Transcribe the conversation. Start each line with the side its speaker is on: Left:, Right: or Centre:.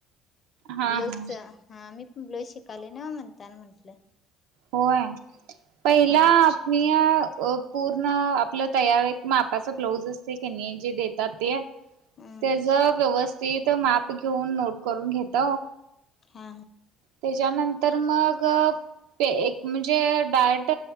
Right: हा
Left: ब्लाऊजच
Right: हा
Left: हा मी पण ब्लाऊज शिकाले ना म्हणताना म्हंटलं
Right: होय पहिला
Left: हा
Right: मी या पूर्ण आपलं तयार एक मापाचा ब्लाऊज असते की नाही जे देतात त्याच
Left: हम्म
Right: व्यवस्थित माप घेऊन नोट करून घेत
Left: हा
Right: त्याच्यानंतर मग प एक म्हणजे डायट